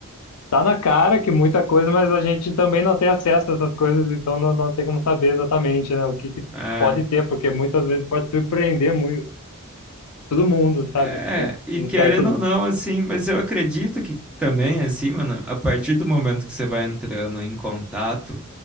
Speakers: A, on the left; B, in the centre.
A: tá na cara que muita coisa, mas a gente também não tem acesso a essas coisas, então não, não tem como saber exatamente, né? O que que
B: é.
A: pode ter, porque muitas vezes pode surpreender muito todo mundo, sabe?
B: É,
A: Um
B: e
A: um
B: querendo
A: certo
B: ou não, assim, mas eu acredito que também, assim, mano, a partir do momento que você vai entrando em contato